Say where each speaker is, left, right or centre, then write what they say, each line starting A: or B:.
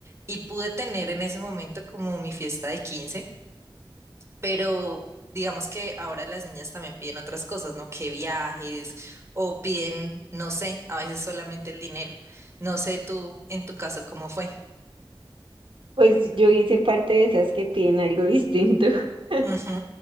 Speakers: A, on the right; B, on the right.
A: Y pude tener en ese momento como mi fiesta de quince pero digamos que ahora las niñas también piden otras cosas, ¿no? Que viajes o piden, no sé, a veces solamente el dinero. No sé tú, en tu caso, cómo fue.
B: Pues yo hice parte de esas que piden algo distinto, <laughs>
A: Ujú,